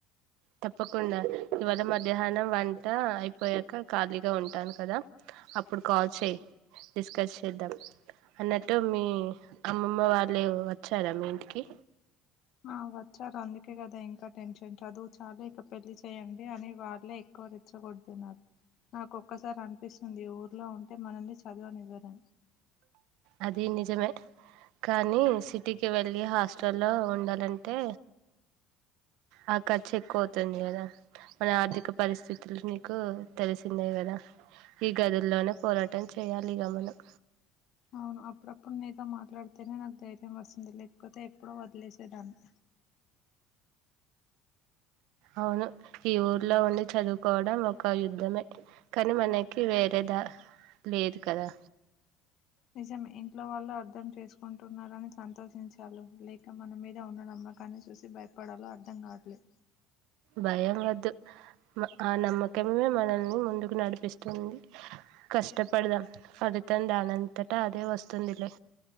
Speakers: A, on the right (about 75°); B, on the left (about 55°).
A: తప్పకుండా ఇవాళా మధ్యాహ్నం వంట అయిపోయాక ఖాళీ ఇంట్లో ఉంటాను కదా అప్పుడు కాల్ చేయి డిస్కస్ చేద్దాం అన్నట్టు మీ అమ్మమ్మ వాళ్ళే వచ్చారా మీ ఇంటికి
B: ఆ వచ్చారు అందుకే కదా ఇంకా టెన్షన్ చదువు చాలు ఇక పెళ్లి చేయండి అని వాళ్ళే ఎక్కువ రెచ్చగొడుతున్నారు నాకు ఒక్కసారి అనిపిస్తుంది ఊర్లో ఉండ అంటే మనల్ని చదువ నివ్వరు
A: అది నిజమే కానీ సిటీకి వెళ్ళి హాస్టల్లో ఉండాలంటే ఆ ఖర్చు ఎక్కువ అవుతుంది కదా మన ఆర్థిక పరిస్థితులు నీకు తెలిసిందే కదా ఈ గదుల్లోనే పోరాటం చేయాలిక మనం
B: అవును అప్పుడప్పుడు ని నీతో మాట్లాడితేనే నాకు ధైర్యం వస్తుంది లేకపోతే ఎప్పుడో వదిలేసేదాన్ని
A: అవును ఈ ఊర్లో ఉండి చదువుకోవడం ఒక యుద్ధమే కానీ మనకి వేరే దారి లేదు కదా
B: నిజమే ఇంట్లో వాళ్ళు అర్థం చేసుకుంటున్నారని సంతోషించాలో లేక మన మీద ఉన్న నమ్మకాన్ని చూసి భయపడాలో అర్థం కావట్లే
A: భయం వద్దు ఆ నమ్మకమే మనల్ని ముందుకు నడిపిస్తుంది కష్టపడదాం ఫలితం దానింతటా అదే వస్తుంది లే